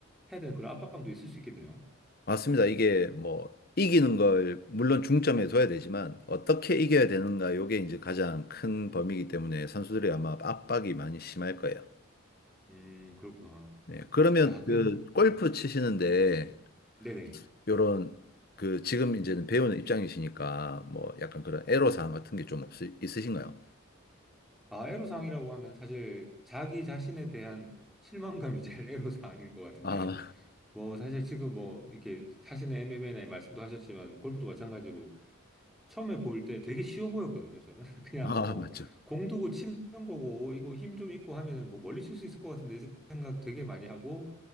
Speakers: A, in the centre; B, on the left (about 45°).
A: 해야 되는 그런 압박감도 있을 수 있겠네요.
B: 맞습니다. 이게 뭐 이기는 걸 물론 중점에 둬야 되지만 어떻게 이겨야 되는가 요게 이제 가장 큰 범위이기 때문에 선수들이 아마 압박이 많이 심할 거예요.
A: 음, 그렇구나.
B: 네. 그러면
A: 야, 그냥,
B: 그 골프
A: 음,
B: 치시는데
A: 네네.
B: 요런 그 지금 이제는 배우는 입장이시니까 뭐 약간 그런 애로사항 같은 게 좀 없 있으신가요?
A: 아, 애로사항이라고 하면 사실 자기 자신에 대한 실망감이 제일 <laughs> 애로사항일 것 같은데요.
B: 아,
A: 뭐, 사실 지금 뭐, 이렇게 자신의 MMA나 말씀도 하셨지만, 골프도 마찬가지로 처음에 볼 때 되게 쉬워 보였거든요, 저는. <laughs> 그냥
B: 아,
A: 뭐,
B: 맞죠.
A: 공 두고 치는 거고, 이거 힘 좀 있고 하면은 뭐 멀리 칠 수 있을 것 같은데 생각 되게 많이 하고,